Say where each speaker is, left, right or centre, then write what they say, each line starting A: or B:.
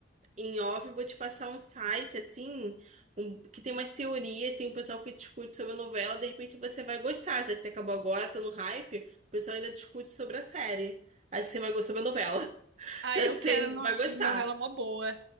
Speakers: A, on the right; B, on the right.
A: Em off, eu vou te passar um site, assim, um- que tem umas teorias, tem um pessoal que discute sobre a novela. De repente você vai gostar, já que você acabou agora, tá no hype. O pessoal ainda discute sobre a série. Aí você vai gostar da novela. <laughs>
B: Ah,
A: Então,
B: eu
A: acho
B: quero
A: que você
B: no-
A: vai gostar.
B: novela mó boa.